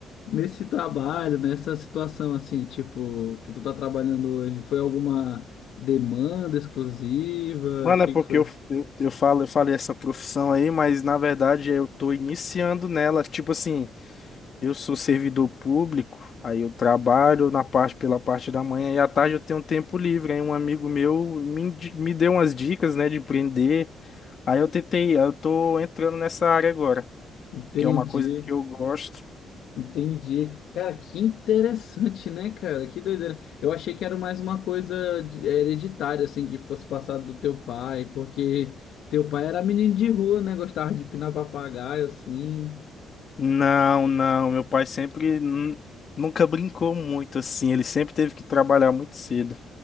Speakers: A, on the left; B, on the left.
A: nesse trabalho, nessa situação, assim, tipo, que tu tá trabalhando hoje? Foi alguma demanda exclusiva?
B: Mano,
A: O que
B: é porque
A: que foi?
B: eu, eu, eu falo, eu falei essa profissão aí, mas na verdade eu tô iniciando nela, tipo assim. Eu sou servidor público, aí eu trabalho na parte pela parte da manhã e à tarde eu tenho tempo livre. Aí um amigo meu me, indi- me deu umas dicas, né, de empreender. Aí eu tentei, eu tô entrando nessa área agora,
A: Entendi.
B: que é uma coisa que eu gosto.
A: Entendi. Cara, que interessante, né, cara? Que doideira. Eu achei que era mais uma coisa de- hereditária, assim, que fosse passado do teu pai, porque teu pai era menino de rua, né? Gostava de pinar papagaio, assim.
B: Não, não, meu pai sempre nu- nunca brincou muito assim, ele sempre teve que trabalhar muito cedo.